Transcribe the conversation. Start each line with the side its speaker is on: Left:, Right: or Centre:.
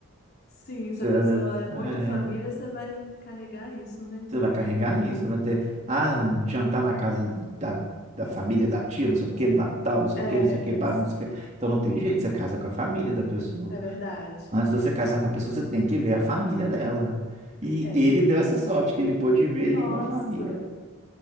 Left: sim,
Right: Você,
Left: se a pessoa é muito
Right: é.
Left: família, você vai carregar isso, né?
Right: Você vai carregar isso, vai ter, ah, jantar na casa da, da família, da tia, não sei o quê, Natal, não sei
Left: É,
Right: o quê, não sei o quê, pá, não sei o quê. Então não tem jeito, você casa com a família da pessoa.
Left: é verdade.
Right: Antes de você casar com a pessoa, você tem que ver a família dela. E
Left: É.
Right: ele deu essa sorte, que ele pôde ver
Left: Nossa.
Right: ali uma família.